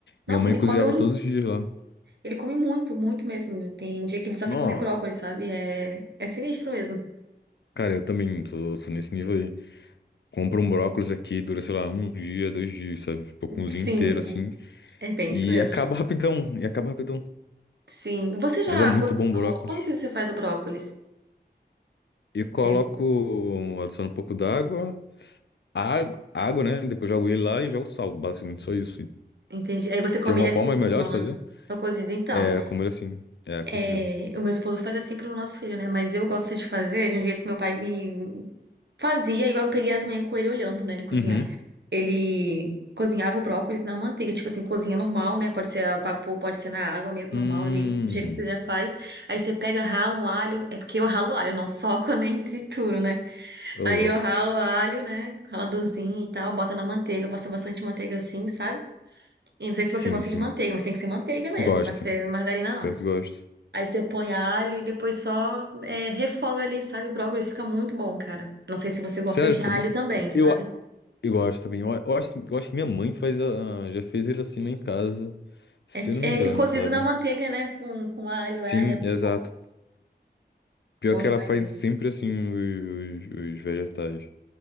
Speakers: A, on the right (about 75°); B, on the left (about 80°).
A: Nossa,
B: Minha mãe
A: ele
B: cozinhava
A: come, um-
B: todos os dias lá.
A: ele come muito, muito mesmo. Tem dia que ele só
B: Não,
A: quer comer brócolis, sabe? É, é sinistro mesmo.
B: cara, eu também tô, tô nesse nível aí. Compro um brócolis aqui, dura, sei lá, um dia, dois dias, sabe? Tipo, cozinho
A: Sim,
B: inteiro, assim,
A: é bem
B: e
A: isso mesmo.
B: acaba <laughs> rapidão, e acaba rapidão.
A: Sim. Você já
B: Mas é muito
A: cozinhou?
B: bom o brócolis.
A: Como que você faz o brócolis?
B: E coloco,
A: É,
B: adiciono um pouco d'água, água, água, né? Depois jogo ele lá e jogo sal, basicamente, só isso. E
A: entendi. Aí você come
B: tem alguma
A: ele assim,
B: forma melhor
A: então,
B: de
A: né?
B: fazer?
A: Só cozido, então.
B: É, como ele é assim, é, cozido.
A: É, o meu esposo faz assim pro nosso filho, né? Mas eu gosto de fazer de um jeito que meu pai me fazia e eu peguei as manhãs com ele olhando, né? Ele cozinhar.
B: Uhum.
A: Ele cozinhava o brócolis na manteiga, tipo assim, cozinha normal, né? Pode ser a vapor, pode ser na água mesmo,
B: Hum,
A: normal ali, do jeito que você já faz. Aí você pega, rala um alho, é porque eu ralo alho, eu não soco <laughs> nem trituro, né?
B: ô
A: Aí
B: louco.
A: eu ralo alho, né? Raladorzinho e tal, bota na manteiga, bota bastante manteiga assim, sabe? E não sei se você
B: Sim,
A: gosta
B: sim.
A: de manteiga, mas tem que ser manteiga mesmo,
B: Gosto.
A: pode ser margarina não.
B: Pior que gosto.
A: Aí você põe alho e depois só é, refoga ali, sabe? O brócolis fica muito bom, cara. Não sei se você gosta
B: Sério,
A: de
B: fica
A: alho
B: bom?
A: também, sabe?
B: Eu, a- eu gosto também. Eu, eu acho, eu acho que minha mãe faz, a, já fez ele assim lá em casa, se
A: É,
B: eu não me
A: é
B: engano,
A: ele cozido
B: sabe?
A: na manteiga, né? Com, com alho, é,
B: Sim,
A: é muito
B: exato.
A: bom.
B: Pior
A: Bom
B: que
A: demais
B: ela faz
A: mesmo.
B: sempre assim os, os- os vegetais.